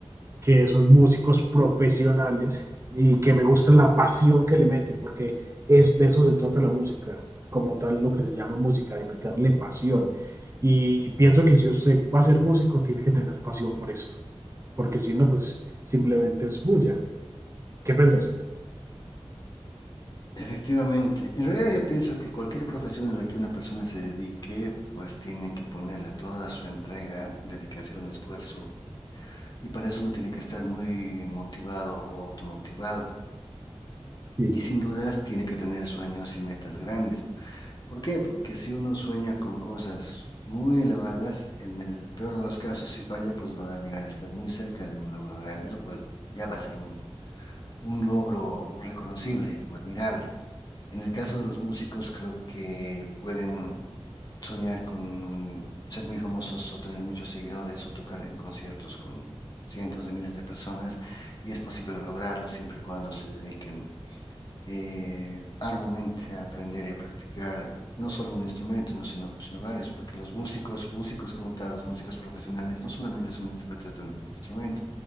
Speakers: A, on the right; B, on the left.
A: que son músicos profesionales y que me gusta la pasión que le meten, porque es de eso se trata la música, como tal lo que se llama música, de meterle pasión. Y pienso que si usted va a ser músico, tiene que tener pasión por esto, porque si no, pues simplemente es bulla. ¿Qué pensás?
B: Efectivamente, en realidad yo pienso que cualquier profesión a la que una persona se dedique, pues tiene que ponerle toda su entrega, dedicación, esfuerzo Y para eso uno tiene que estar muy motivado o automotivado.
A: Sí.
B: Y sin dudas tiene que tener sueños y metas grandes. ¿Por qué? Porque si uno sueña con cosas muy elevadas, en el peor de los casos, si falla, pues va a llegar a estar muy cerca de un logro grande, lo cual ya va a ser un, un logro reconocible o admirable. En el caso de los músicos, creo que pueden soñar con ser muy famosos o tener muchos seguidores o tocar en conciertos con cientos de miles de personas y es posible lograrlo siempre y cuando se dediquen eh, arduamente a aprender y a practicar no solo un instrumento, ¿no? sino, sino varios, porque los músicos, músicos como tal, los músicos profesionales, no solamente son intérpretes de un instrumento,